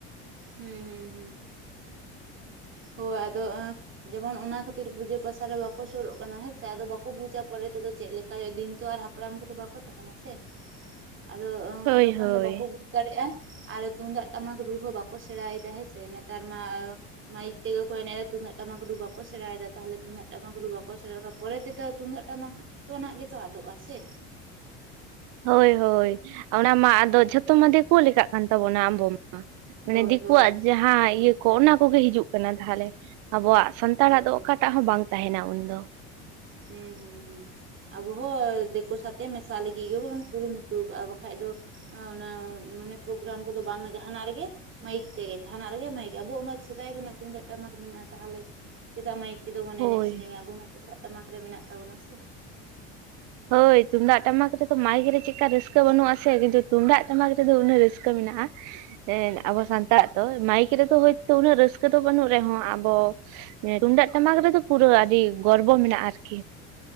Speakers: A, on the right (about 35°); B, on the right (about 65°).
A: ᱦᱩᱸ ᱦᱩᱸ ᱦᱩᱸ ᱦᱳᱭ ᱟᱫᱚ ᱡᱮᱢᱚᱱ ᱚᱱᱟ ᱠᱷᱟᱹᱛᱤᱨ ᱯᱩᱡᱟᱹ ᱯᱟᱥᱟ ᱨᱮ ᱵᱟᱠᱚ ᱥᱩᱨᱩᱜ ᱠᱟᱱᱟ ᱦᱮᱸᱥᱮ ᱟᱫᱚ ᱵᱟᱠᱚ ᱵᱩᱡᱟ ᱯᱚᱨᱮ ᱛᱮᱫᱚ ᱪᱮᱫ ᱞᱮᱠᱟ ᱦᱩᱭᱩᱜᱼᱟ ᱫᱤᱱ ᱛᱚ ᱟᱨ ᱦᱟᱯᱲᱟᱢ ᱠᱚᱫᱚ ᱵᱟᱠᱚ ᱛᱟᱦᱮᱱᱟ ᱥᱮ ᱟᱫᱚ
B: ᱦᱳᱭ
A: ᱟᱫᱚ ᱠᱷᱟᱱ
B: ᱦᱳᱭ
A: ᱫᱚ ᱵᱟᱠᱚ ᱫᱟᱲᱮᱭᱟᱜᱼᱟ ᱟᱨ ᱛᱩᱢᱫᱟᱜ ᱴᱟᱢᱟᱠ ᱨᱩ ᱦᱚᱸ ᱵᱟᱠᱚ ᱥᱮᱬᱟᱭᱮᱫᱟ ᱦᱮᱸᱥᱮ ᱱᱮᱛᱟᱨ ᱢᱟ᱾ ᱢᱟᱭᱤᱠ ᱛᱮᱜᱮ ᱠᱚ ᱮᱱᱮᱡ ᱮᱜᱼᱟ ᱛᱩᱢᱫᱟᱜ ᱴᱟᱢᱟᱠ ᱨᱩ ᱵᱟᱠᱚ ᱥᱮᱬᱟᱭᱮᱫᱟ ᱛᱟᱦᱚᱞᱮ ᱛᱩᱢᱫᱟᱜ ᱴᱟᱢᱟᱠ ᱨᱩ ᱵᱟᱠᱚ ᱥᱮᱬᱟᱫᱟ ᱯᱚᱨᱮ ᱛᱮᱛᱚ ᱛᱩᱢᱫᱟᱜ ᱴᱟᱢᱟᱠ ᱡᱚᱛᱚᱱᱟᱜ ᱜᱮᱛᱚ ᱟᱫᱚᱜᱼᱟ ᱥᱮ᱾
B: ᱦᱳᱭ ᱦᱳᱭ ᱚᱱᱟ ᱢᱟ ᱟᱫᱚ ᱡᱷᱚᱛᱚ ᱢᱟ ᱪᱤᱠᱳ ᱞᱮᱠᱟ ᱠᱟᱱ ᱛᱟᱵᱚᱱᱟ ᱟᱢᱵᱚᱢ ᱢᱟ᱾ ᱢᱟᱱᱮ
A: ᱦᱳᱭ
B: ᱫᱤᱠᱩᱣᱟᱜ
A: ᱦᱳᱭ
B: ᱡᱟᱦᱟᱸ ᱤᱭᱟᱹ ᱠᱚ ᱚᱱᱟ ᱠᱚᱜᱮ ᱦᱤᱡᱩᱜ ᱠᱟᱱᱟ ᱛᱟᱦᱚᱞᱮ ᱟᱵᱚᱣᱟᱜ ᱥᱟᱱᱛᱟᱲᱟᱜ
A: ᱦᱳᱭ
B: ᱫᱚ
A: ᱦᱳᱭ
B: ᱚᱠᱟᱴᱟᱜ ᱦᱚᱸ ᱵᱟᱝ ᱛᱟᱦᱮᱱᱟ ᱩᱱᱫᱚ᱾
A: ᱦᱩᱸ ᱦᱩᱸ ᱦᱩᱸ ᱟᱵᱚ ᱦᱚᱸ ᱫᱤᱠᱩ ᱥᱟᱛᱮ ᱢᱮᱥᱟᱜ ᱞᱟᱹᱜᱤᱫ ᱜᱮᱵᱚᱱ ᱠᱩᱨᱩᱢᱩᱴᱩ ᱟᱠᱟᱜᱼᱟ ᱵᱟᱠᱷᱟᱡ ᱫᱚ ᱚᱱᱟ ᱢᱟᱱᱮ ᱯᱨᱳᱜᱨᱟᱢ ᱠᱚᱫᱚ ᱵᱟᱝᱼᱟ ᱡᱟᱦᱱᱟᱜ ᱨᱮᱜᱮ ᱢᱟᱹᱭᱤᱠ ᱛᱮᱜᱮ ᱡᱟᱦᱟᱱᱟᱜ ᱨᱮᱜᱮ ᱢᱟᱹᱭᱤᱠ ᱟᱵᱚᱣᱟᱜ ᱥᱮᱫᱟᱭ ᱠᱷᱱᱟᱜ ᱛᱩᱢᱫᱟᱹᱜ ᱴᱟᱢᱟᱠ ᱢᱮᱱᱟᱜᱼᱟ ᱛᱟᱦᱚᱞᱮ ᱪᱮᱫᱟᱜ ᱢᱟᱹᱭᱤᱠ ᱛᱮᱫᱚ ᱵᱚᱱ
B: ᱦᱳᱭ
A: ᱮᱱᱮᱡ ᱥᱮᱨᱮᱝᱟ ᱟᱵᱩ ᱢᱟ ᱛᱩᱢᱫᱟᱹᱜ ᱴᱟᱢᱟᱠ ᱨᱮ ᱢᱮᱱᱟᱜ ᱛᱟᱵᱚᱱᱟ ᱥᱮ᱾
B: ᱦᱳᱭ ᱛᱩᱢᱫᱟᱜ ᱴᱟᱢᱟᱠ ᱨᱮᱫᱚ ᱢᱟᱹᱭᱤᱠ ᱨᱮ ᱪᱮᱫᱠᱟ ᱨᱟᱹᱥᱠᱟᱹ ᱵᱟᱹᱱᱩᱜ ᱟᱥᱮ ᱠᱤᱱᱛᱩ ᱛᱩᱢᱫᱟᱹᱜ ᱴᱟᱢᱟᱠ ᱨᱮᱫᱚ ᱫᱚ ᱩᱱᱟᱹᱜ ᱨᱟᱹᱥᱠᱟᱹ ᱢᱮᱱᱟᱜᱼᱟ᱾ ᱦᱮᱸ ᱟᱵᱚ ᱥᱟᱱᱛᱟᱲᱼᱟᱜ ᱫᱚ ᱢᱟᱭᱤᱠ ᱨᱮᱫᱚ ᱦᱳᱭᱛᱳ ᱩᱱᱟᱹᱜ ᱨᱟᱹᱥᱠᱟᱹ ᱫᱚ ᱵᱟᱹᱱᱩᱜ ᱨᱮᱦᱚᱸ ᱟᱵᱚ ᱛᱩᱢᱫᱟᱹᱜ ᱴᱟᱢᱟᱠ ᱨᱮᱫᱚ ᱯᱩᱨᱟᱹ ᱟᱹᱰᱤ ᱜᱚᱨᱵᱚ ᱢᱮᱱᱟᱜᱼᱟ ᱟᱨᱠᱤ᱾